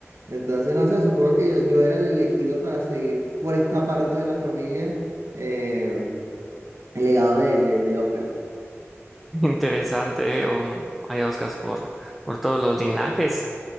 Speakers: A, on the right; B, in the centre.
A: Entonces, no sé, supongo que yo, yo era el elegido para seguir por esta parte de la familia, eh, el legado de, de, de Oscar.
B: interesante. um, hay Oscars por, por todos los linajes.